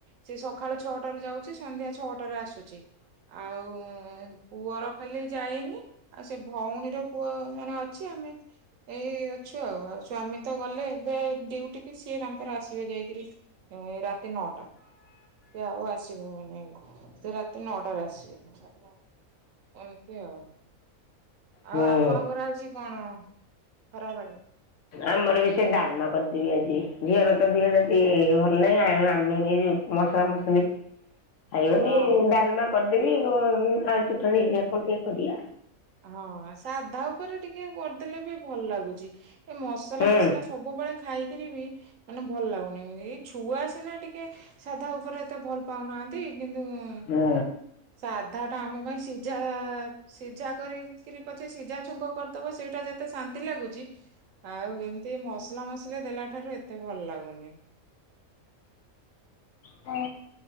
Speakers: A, on the right; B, on the left.
A: ସେ ସକାଳ ଛଅଟାରେ ଯାଉଚି ସନ୍ଧ୍ୟା ଛଅଟାରେ ଆସୁଚି। ଆଉ ପୁଅର ଖାଲି ଯାଇନି। ଆଉ ସେ ଭଉଣୀର ପୁଅ ଜଣେ ଅଛି ଆମେ ଏଇ ଅଛୁ ଆଉ ଆଉ ସ୍ଵାମୀ ତ ଗଲେ ଏବେ ଡୟୁଟିକି ସିଏ ତାଙ୍କର ଆସିବେ ଯାଇକରି ଏ ରାତି ନଅଟା। ସେ ଆଉ ଆସିବବନି ସେ ରାତି ନଅଟାରେ ଆସିବ। ଏମିତି ଆଉ।
B: ହୁଁ।
A: ଆଉ ଆପଣଙ୍କର ଆଜି କଣ ଖରାବେଳେ?
B: ଆମର ବି ସେ ଡାଲମା କରିଦେବି ଆଜି ଝିଅର ତ ଦିହଟା ଟିକେ ଭଲ ନାହିଁ ଆଉ ଆମ ଯଉ ମାସଲା ମସଲି ଖାଇବନି
A: ହଁ
B: ଡାଲମା କରିଦେବି କ ଆଳୁ ଚୁଟଣି ହେରିକା କଣ ଟିକେ କରିଆ।
A: ହଁ ସାଧା ଉପରେ ଟିକେ କରିଦେଲେ ବି ଭଲ ଲାଗୁଛି ଏ ମସଲା
B: ହୁଁ
A: ଫସଲା ସବୁବେଳେ ଖାଇକିରି ବି ମାନେ ଭଲ ଲାଗୁନି ଏଇ ଛୁଆ ସିନା ଟିକେ ସାଧା ଉପରେ ଏତେ ଭଲ ପାଉନାହାନ୍ତି କିନ୍ତୁ ଉଁ
B: ହୁଁ
A: ସାଧାଟା ଆମ ପାଇଁ ସିଝା ସିଝା କରିକିରି ପଛେ ସିଝା ଛୁଙ୍କ କରିଦବ ସେଇଟା ଯେତେ ଶାନ୍ତି ଲାଗୁଚି ଆଉ ଏମିତି ମସଲା ମସଲି ଦେଲା ଠାରୁ ଏତେ ଭଲ ଲାଗୁନି।
B: ହୁଁ।